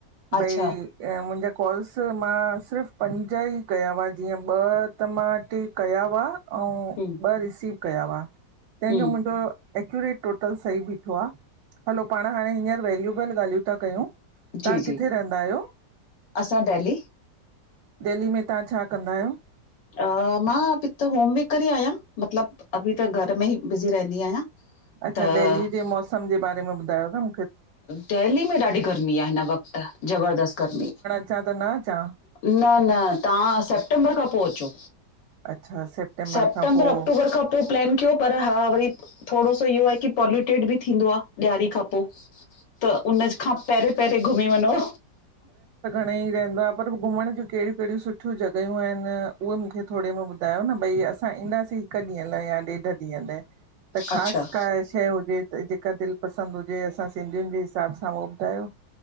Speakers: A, on the left; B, on the right.
A: अच्छा
B: भई मुंहिंजा कॉल्स मां सिर्फ़ु पंज ई कया हुआ जीअं ॿ त मां टे कया हुआ ऐं
A: हम्म
B: ॿ रिसीव कया हुआ
A: हम्म
B: तंहिंजो मुंहिंजो एक्यूरेट टोटल सही बीठो आहे, हलो पाण हाणे हींअर वैेल्यूबल ॻाल्हियूं था कयूं
A: जी
B: तव्हां
A: जी
B: किथे रहंदा आहियो?
A: असां दिल्ली
B: देहली में तव्हां छा कंदा आहियो?
A: हा मां बी त होमवेकर ई आहियां, मतलबु अभी त घर में ई बिज़ी रहंदी आहियां
B: अच्छा
A: त
B: दिल्लीअ जे मौसम जे बारे में ॿुधायो न
A: देहली में ॾाढी गर्मी आहहिन वक़्तु ज़बरदस्त गर्मी।
B: अछा त न अचां?
A: न न तव्हां सेप्टेंबर खां पो अचो
B: अच्छा
A: सेप्टेंबर
B: खां पोइ
A: अक्टूबर खां पो प्लैन कयो, पर हा वरी थोरो सो इहो आ की पोॉल्युटेड बि थींदो आ ॾियारी खां पो त उन खां पहिरें पहिरें घुमी वञो।
B: न ई रहंदो आहे पर घुमण जूं कहिड़ियूं कहिड़ियूं सुठियूं जॻहियूं आहिनि, उहे मूंखे थोरे में ॿुधायो ॿुधायो न भई असां ईंदासीं हिकु ॾींहं लाइ या ॾेढ ॾींहं लाइ त
A: अच्छा
B: ख़ासि का शइ हुजे जेका दिलि पसंदि हुजे असां सिंधी जे हिसाब सां उहो ॿुधायो